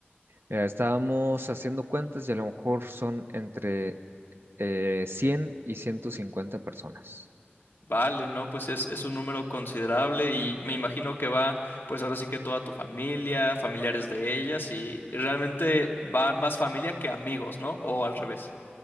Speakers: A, on the right (about 70°); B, on the left (about 65°).
A: Mira, estábamos haciendo cuentas y a lo mejor son entre eh, 100 y 150 personas.
B: Vale, no, pues es, es un número considerable y me imagino que va, pues ahora sí que toda tu familia, familiares de ellas y realmente va más familia que amigos, ¿no? O al revés.